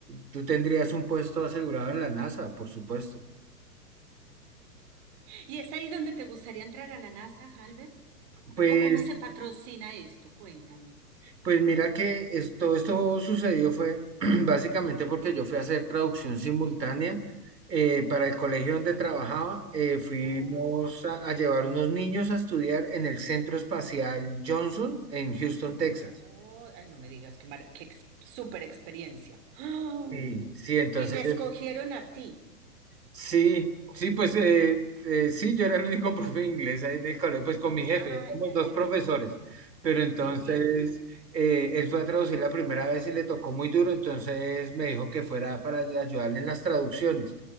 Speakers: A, on the right; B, on the right.
A: tú tendrías un puesto asegurado en la NASA, por supuesto.
B: ¿Y es ahí donde te gustaría entrar a la NASA, Albert?
A: Pues
B: ¿O cómo se patrocina esto? Cuéntame.
A: Pues mira que es- todo esto sucedió fue <clears throat> básicamente porque yo fui a hacer traducción simultánea eh, para el colegio donde trabajaba. Eh, fuimos
B: Oh,
A: a, a llevar unos niños a estudiar en el Centro Espacial Johnson en Houston, Texas.
B: oh, ay, no me digas qué, mara- qué ex- súper experiencia. ¡Ah!
A: Sí, sí, entonces
B: Y te escogieron a ti.
A: Sí, sí, pues eh, eh, sí, yo era el único <laughs> profe de inglés ahí en el colegio, pues con mi jefe,
B: Ah,
A: éramos
B: ya,
A: dos
B: ya,
A: profesores,
B: ya.
A: pero entonces
B: Te entiendo.
A: eh, él fue a traducir la primera vez y le tocó muy duro, entonces me dijo que fuera para ayudarle en las traducciones.